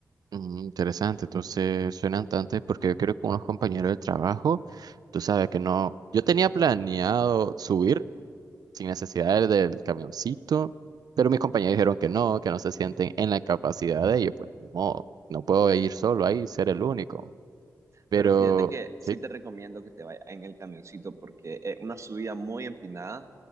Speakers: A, on the right (about 75°); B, on the right (about 45°).
A: mm, interesante. Entonces, suenan tantos porque yo quiero con unos compañeros del trabajo. Tú sabes que no. Yo tenía planeado subir sin necesidad del, del camioncito, pero mis compañeros dijeron que no, que no se sienten en la capacidad de ellos. Pues, ni modo, no puedo ir solo ahí, ser el único. Pero,
B: Pero fíjate que sí
A: sí,
B: te recomiendo que te vayas en el camioncito porque es una subida muy empinada